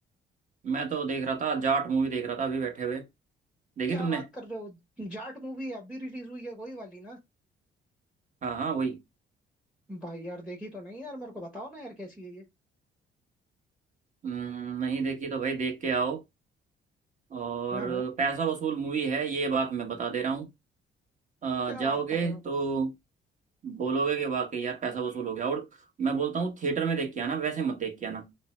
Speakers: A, on the right (about 40°); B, in the centre.
A: मैं तो देख रहा था जाट मूवी देख रहा था अभी बैठे हुए देखी
B: क्या
A: तुमने
B: बात कर रहे हो जाट मूवी अब भी रिलीज हुई है कोई वाली ना
A: हाँ हाँ वही
B: भाई यार देखी तो नहीं यार मेरे को बताओ ना यार कैसी है ये
A: हम्म, नहीं देखी तो भाई देख के आओ और
B: हाँ हाँ
A: पैसा वसूल मूवी है ये बात मैं बता दे रहा हूँ अ,
B: क्या
A: जाओगे
B: बात कर रहे हो
A: तो बोलोगे कि वाकई यार पैसा वसूल हो गया और मैं बोलता हूँ थिएटर में देख के आना वैसे मत देख के आना